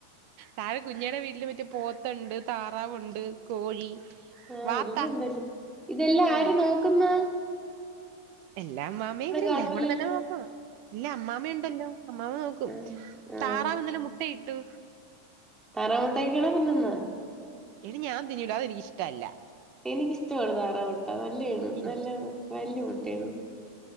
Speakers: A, on the right; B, in the centre.
A: താഴെ കുഞ്ഞടെ വീട്ടില് മറ്റെ പോത്തുണ്ട് താറാവുണ്ട് കോഴി
B: ആഹ്
A: വാത്ത
B: ല്ലാംഉണ്ടല്ലോ ഇതെല്ലാ
A: ആഹ്
B: ആര് നോക്കുന്ന
A: എല്ലാ അമ്മാമയും ഇവര്ല്ലരും
B: കാണൂലല്ലേ
A: കൂടെ തന്നെ നോക്ക ഇല്ല അമ്മാമയ ഉണ്ടല്ലോ അമ്മാമ നോക്കും
B: ആഹ് ആഹ്
A: താറാവ് ഇന്നലെ മുട്ടയിട്ടു
B: താറാവ് മുട്ടൊക്കെയണോ തിന്നുന്നെ
A: എനി ഞാൻ തിന്നൂല്ല എനിക്ക ഇഷ്ടല്ല
B: എനിക്കിഷ്ടമാണ് താറാ മുട്ട നല്ലയാണ്
A: എനിക്കിഷ്ട
B: നല്ല വല്യ മുട്ടയാണ്